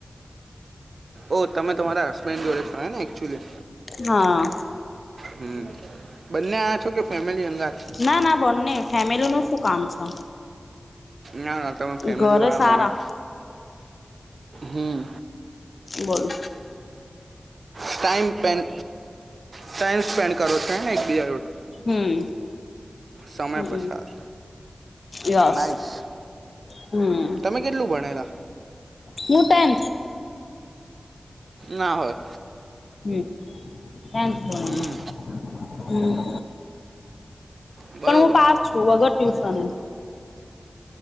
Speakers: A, on the right; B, on the left.
A: ઓ તમે તમારા હસબેન્ડ જોડે ક ને એક્ચ્યુલી
B: હા
A: હમ બંને આ છો કે ફેમિલી અંગાત
B: ના ના બંને ફેમિલી નું શું કામ છે.
A: ના ના તમે ફેમિલીવાળા
B: ઘરે સારા
A: માણસ હમ
B: બોલો
A: ટાઈમ સ્પેન ટાઈમ સ્પેન્ડ કરો છો હેને એકબીજા જોડ?
B: હમ
A: સમય
B: હમ
A: પસાર.
B: Yes
A: nice.
B: હમ
A: તમે કેટલું ભણેલા?
B: હું ટેન
A: ના હોય
B: હમ હમ વાંધો નહીં
A: હમ
B: હમ
A: બરોબર
B: પણ હું પાસ છું વગર ટ્યુ છ ને